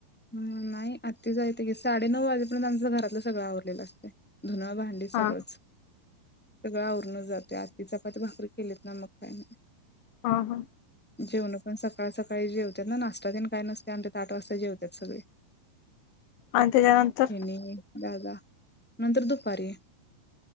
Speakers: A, in the centre; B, on the left.
A: ह नाही आत्त्या जाईदे की साडेनऊ वाजेपर्यंत आमचं घरातलं सगळं आवरलेलं असतय. धुन भांडी
B: हा
A: सगळंच सगळं आवरण जाते आत्ती चपाती भाकरी केलीत ना मग काय नाही.
B: हा हा,
A: जेवण पण सकाळ सकाळी जेवतात ना नाश्ता तेन काय नसतय आमच्यात आठ वाजता जेवतात सगळे
B: आणि त्याच्यानंतर
A: हेनी दादा नंतर दुपारी